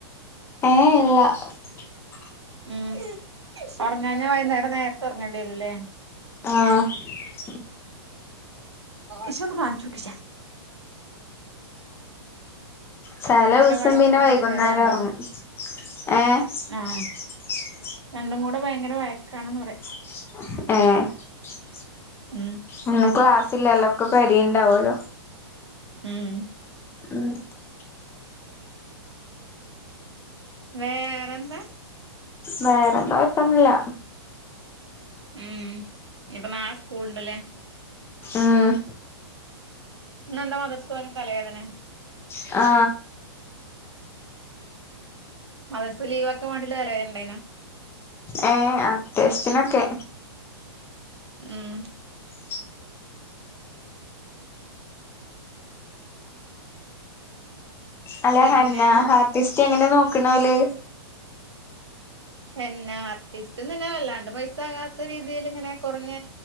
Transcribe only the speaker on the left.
ഏ ഇല്ല <unintelligible>
ആഹ <unintelligible>
ചില ദിവസം
പിന്നെ വൈകുന്നേരം
ഇറങ്ങും ആഏ <unintelligible>
ആഹ <unintelligible>
പി ക്ലാസ്ില്ലല്ല ഒക്കെ പരിയണ്ടാവല്ലോ
ഉം <unintelligible>
വേറെന്താ ഇയപ്പന്നില്ല
ആഏ
ആ
ഏ അത്യാവശത്തിനൊക്കെ
<unintelligible> അല്ല
ഹന്നാ ഹാർട്ടിസ്റ്റ് എങ്ങനെ നോക്കണല്